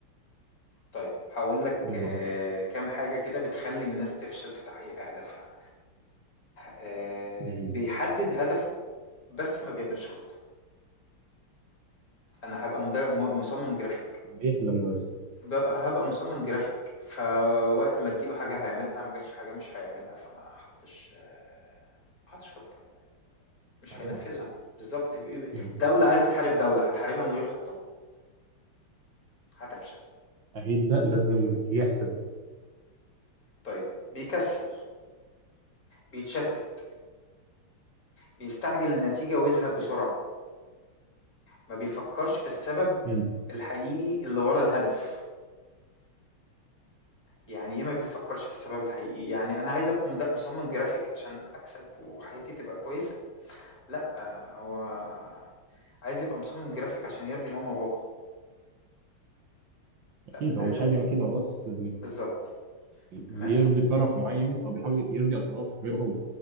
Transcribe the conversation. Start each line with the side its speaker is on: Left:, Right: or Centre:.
Left: طيب هاقول لك
Right: بالظبط
Left: آآ، كام حاجة كده بتخلّي الناس تفشل في تحقيق أهدافها. آآ،
Right: مم.
Left: بيحدد هدفه بس ما بيعملش خطة، أنا هابقى مد م مصمم graphic
Right: بيحلم بس
Left: بابقى هابقى مصمم graphic فوقت ما تيجي له حاجة هيعملها، ما جاتش حاجة مش هيعملها، فما حطش آه، ما حطش خطة، مش
Right: هذا
Left: هينفذها. بالضبط ب ب
Right: مم.
Left: دولة عايزة تحارب دولة، هتحاربها من غير خطة؟ هتفشل.
Right: اكيد لا لازم يحسب
Left: طيب بيكسل، بيتشتت. بيستعجل النتيجة ويزهق بسرعة ما بيفكرش في السبب
Right: مم.
Left: الحقيقي اللي ورا الهدف يعني ايه ما بيفكرش في السبب الحقيقي يعني انا عايز ابقى مد- مصمم جرافيك عشان اكسب وحياتي تبقى كويسة لا هو عايز يبقى مصمم جرافيك عشان يرضي ماما وبابا
Right: اكيد
Left: لا لازم
Right: هو مش عايز يعمل كده هو بس
Left: بالظبط
Right: بيرضي
Left: تمام
Right: طرف معين او بيحاول يرضي اطراف غيره هو